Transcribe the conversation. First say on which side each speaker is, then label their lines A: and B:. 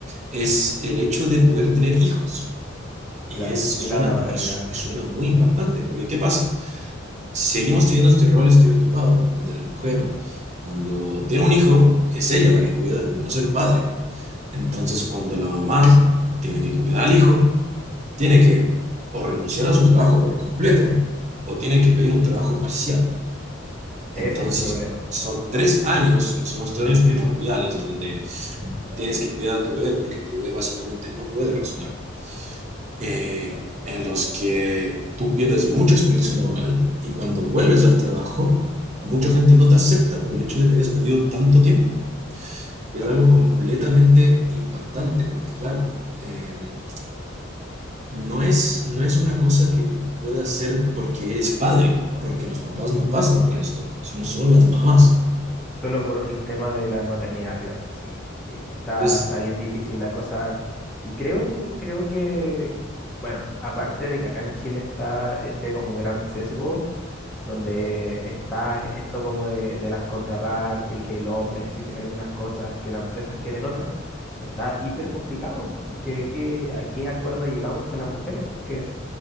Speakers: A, on the right; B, in the centre.
A: es el hecho de poder tener hijos. Y,
B: Claro,
A: es, suena,
B: sí, la, la maternidad.
A: y, su- y suena muy impactante, porque ¿qué pasa? seguimos teniendo este rol estereotipado donde la mujer
B: ujú,
A: cuando tiene un hijo es ella la que cuida y no es el padre. Entonces cuando la mamá tiene que cuidar al hijo, tiene que o renunciar a su trabajo por completo o tiene que pedir un trabajo parcial.
B: Ese
A: Entonces
B: es el problema.
A: son tres años, que son los tres años primordiales, en donde tienes que cuidar a tu bebé porque tu bebé básicamente no puede razonar eh, en los que tú pierdes mucha experiencia laboral y cuando vuelves al trabajo, mucha gente no te acepta por el hecho de que hayas perdido tanto tiempo. Y es
B: Exacto.
A: algo completamente impactante, porque claro, eh, no, es, no es una cosa que puedas hacer porque eres padre, porque los papás no pasan por esto, sino solo las mamás.
B: Solo por el tema de la maternidad, claro, sí, sí. Está,
A: Entonces,
B: está bien difícil la cosa. Y creo, creo que, bueno, aparte de que acá en Chile está este como gran sesgo. donde está esto como de, de las contrapartes y que el hombre exigen algunas cosas que las empresas quieren otras, está hiper complicado, porque ¿qué- a qué acuerdo llegamos con las mujeres? Porque